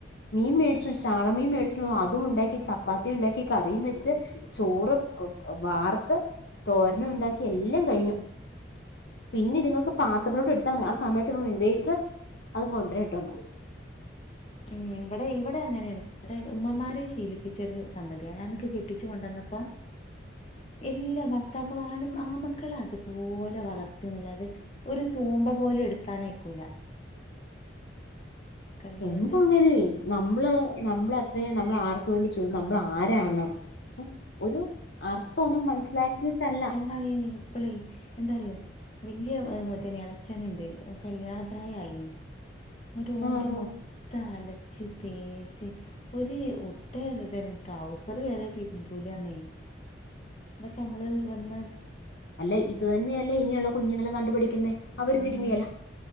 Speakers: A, on the left; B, on the left.
A: മീൻ മേടിച്ചു ചാള മീൻ മേടിച്ചു അതും ഉണ്ടാക്കി ചപ്പാത്തി ഉണ്ടാക്കി കറിയും വെച്ച് ചോറ് വ വ വാർത്ത് തോരനും ഉണ്ടാക്കി എല്ലാം കഴിഞ്ഞു പിന്നെ ഇതുങ്ങക്ക് പാത്രത്തിലോട്ട് എടുത്താ മതി ആ സമയത്ത്ഇവൻ പറഞ്ഞു വെയ്റ്റർ അത് ഇങ്ങ് കൊണ്ട്രേട്ടോന്ന്
B: ഉം ഇവിടെ ഇവിടെ അങ്ങനെയ ഇവിടെ ഉമ്മമാരെ ശീലിപ്പിച്ചൊരു സംഗതിയാണ് ഞാനൊക്കേ കെട്ടിച്ച് കൊണ്ടന്നപ്പോ
A: <inaudible>
B: ഇല്ലാ ഭർത്താക്കമാർ ആണ് ആമക്കളാ അത് ഇത് പോലെ വളർത്തിന്നല്ലാതെ ഒരു തൂമ്പ പോലും എടുക്കാനായ്ക്കൂല കൈയ്യോണ്ട്
A: എന്താണേലൊയ് നമ്മള് നമ്മൾ അത്രയും നമ്മൾ ആർക്ക് വേണ്ടി ചെയ്തു നമ്മള് ആരാന്ന് ഉം ഒരു അർത്ഥ ഒന്നും മനസ്സിലാക്കീട്ടല്ല
B: പറയ്ണേ ഇപ്പളേയ് എന്താറിയോ വല്ല്യ ഏ മുത്തന് എളച്ചന്ണ്ട് കല്യാണ പ്രായ ആയിണ് എന്നിട്ട് ഓന്റെ
A: ഉം ഉം
B: മൊത്തം അലച്ച് തേച്ച് ഒരു ഉട്ട ട്രൗസർ വരെ തിരുമ്പുലാന്നേയ് ഇതൊക്കെ അമ്മള് വന്ന
A: അല്ലെ ഇത് തന്നെയല്ലേ ഇനിയുള്ള കുഞ്ഞുങ്ങളും കണ്ടുപിഠിക്കുന്നേ അവരും തിരുമ്മേലാ
B: ആഹ്